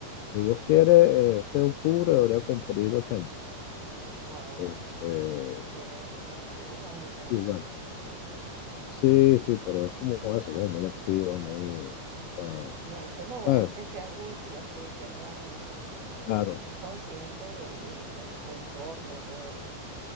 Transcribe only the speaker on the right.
Wow,
sí, tiene, tiene ya sus añitos
ya.
Sí.
Bueno, eso es lo bueno,
que sean lúcidas, que tengan, estén
conscientes de de- de su entorno y todo eso.